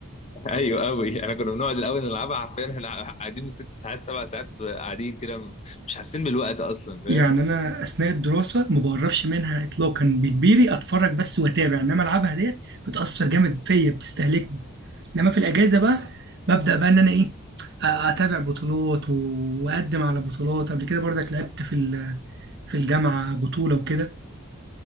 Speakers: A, on the left; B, on the right.
A: <laughs> ايوه قوي انا كنا بنقعد الاول نلعبها حرفيا احنا قاعدين بالست ساعات سبع ساعات قاعدين كده م- مش حاسين بالوقت اصلا فاهم
B: يعني أنا أثناء الدراسة ما بقربش منها إطلاقا بكبيري أتفرج بس وأتابع إنما ألعبها ديت بتأثر جامد فيا بتستهلكني إنما في الأجازة بقى ببدأ بقى إن أنا إيه أ- أتابع بطولات و- وأقدم على بطولات قبل كده برضك لعبت في ال- في الجامعة بطولة وكده